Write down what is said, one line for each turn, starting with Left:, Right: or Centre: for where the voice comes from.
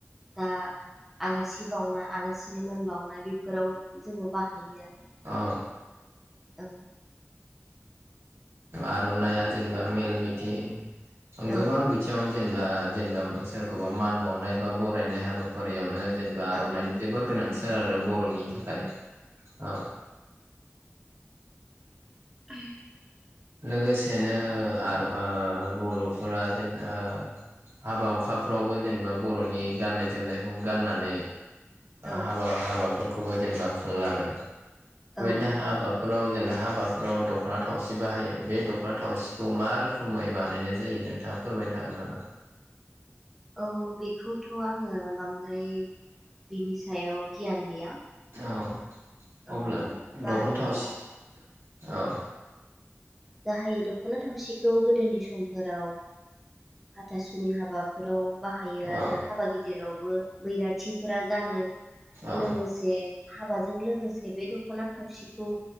Centre: दा आलासि बावना आलासिनो मानबावनाय बेफोराव जोङो बाहायो आरो
Right: ओ
Centre: औ
Right: आर'नाइय जेनबा मेल मिथिं ओं
Centre: औ
Right: गोबां बिथिङाव जेनबा-जेनबा सोरखौबा मान बावनाय बा गरायनाय हाबाफारियावनो जेनबा आर'नाइनायनि
Centre: औ
Right: जोबोद गोनांथि <unintelligible> बर'नि थाखाय
Centre: नंगौ
Right: औ <inaudible>
Centre: <inaudible>
Right: लोगोसेनो आरो ओ बर'फोरा जोंना हाबा हुखाफ्रावबो जेनबा बर'नि गाननाय- जोमनायखौ गाननानै
Centre: औ
Right: हाबा हाबा फोरखौबो जेनेबा खुंलाङो
Centre: औ
Right: नो
Centre: नंगौ
Right: हाबाफोराव जेनबा हााबाफोराव दख'ना थावसिन बाहायो बे दख'ना थावसिखौ मा रोखोमै बानायनाय जायो नोंथाङा फोरमायनो हागोन नामा
Centre: औ बेखौथ' आङो बांद्राय बिनि सायाव गियान गैया
Right: औ
Centre: औ
Right: अब्ला
Centre: बाहायनाया
Right: दखनथावउसि औ
Centre: गाहायै दख'ना थावसिखौ गोदोनि समफोराव हाथासुनि हाबाफोराव बाहायो
Right: औ
Centre: आरो हाबा गिदिर जेरावबो बैराथिफोरा गानो लोगो
Right: औ
Centre: लोगोसे हाबाजों लोगोसे बे दख'ना थावसि खौ